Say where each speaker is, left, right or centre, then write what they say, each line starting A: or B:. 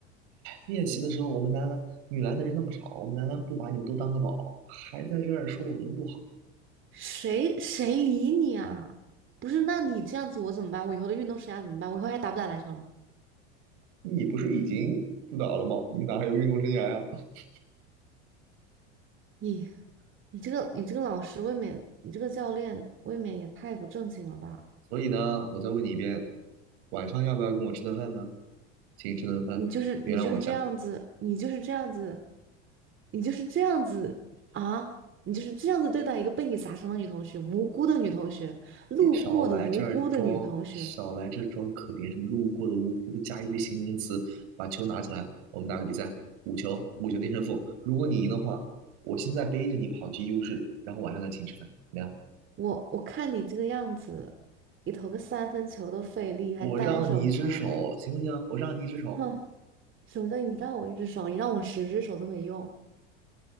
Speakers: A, on the right; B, on the right.
A: 练习的时候，
B: 嗯
A: 我们男篮女篮的人那么少，我们男篮不把你们都当个宝，还在这儿说我们不好，
B: 谁谁理你啊？不是，那你这样子我怎么办？我以后的运动生涯怎么办？我以后还打不打篮球了？
A: 你不是已经不打了吗？你哪还有运动生涯呀？<laughs>
B: 你你这个你这个老师未免，你这个教练未免也太不正经了吧？
A: 所以呢，我再问你一遍，晚上要不要跟我吃顿饭呢？请你吃顿饭，
B: 你就是你就是这样子，
A: 原谅我一下，
B: 你就是这样子，你就是这样子啊！你就是这样子对待一个被你砸伤的女同学，无辜的女同学，路过的无辜的女同学。
A: 别少来这儿装，少来这儿装可怜，什么路过的、无辜的，加一堆形容词，把球拿起来，我们打个比赛，五球，五球定胜负。如果你赢的话，我现在背着你跑去医务室，然后晚上再请你吃饭，怎么样？
B: 我我看你这个样子，你投个三分球都费力，还单手投，
A: 我让你一只手，行不行？我让你一只手，
B: 哼。什么叫你让我一只手？你让我十只手都没用，